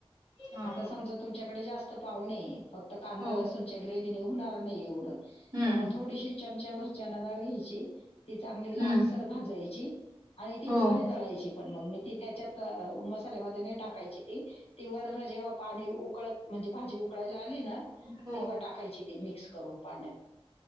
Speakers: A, on the right (about 40°); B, on the left (about 80°).
A: हा हा
B: आता समजा तुमच्याकडे जास्त पावणेे फक्त कांदा
A: हो
B: लसूणच्या ग्रेवने होणार नाही एवढं
A: हम्म
B: तर मग थोडीशी चमचा भरच्याना ाळ घ्यायची ती चांगली लालसर
A: हम्म
B: भाजायची आणि ती
A: हो
B: वेगळी जळायची पण मग मी ती त्याच्यात मसाल्यामध्ये टाकायची ती ती वर्ण जेव्हा पाणी उकळ म्हणजे भाजी उकळायला आली ना
A: हो
B: तेव्हा टाकायची ती मिक्स करून पाण्यात